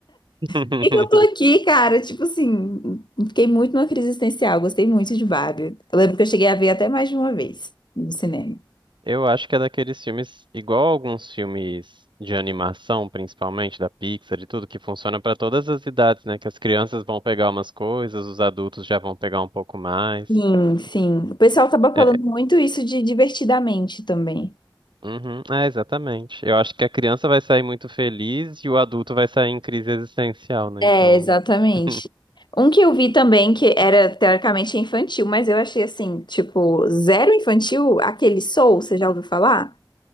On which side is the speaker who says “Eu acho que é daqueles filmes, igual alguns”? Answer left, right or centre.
Right